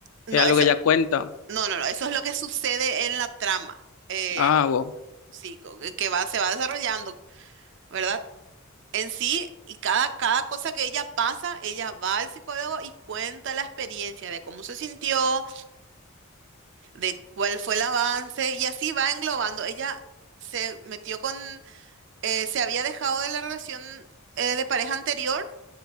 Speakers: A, on the right; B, on the left.
A: No,
B: Es algo
A: eso,
B: que ella cuenta.
A: no, no, no, eso es lo que sucede en la trama, eh,
B: Ah, wow.
A: sí, co- que que va, se va desarrollando, ¿verdad? En sí, y cada, cada cosa que ella pasa, ella va al psicólogo y cuenta la experiencia de cómo se sintió, de cuál fue el avance, y así va englobando. Ella se metió con, eh, se había dejado de la relación eh, de pareja anterior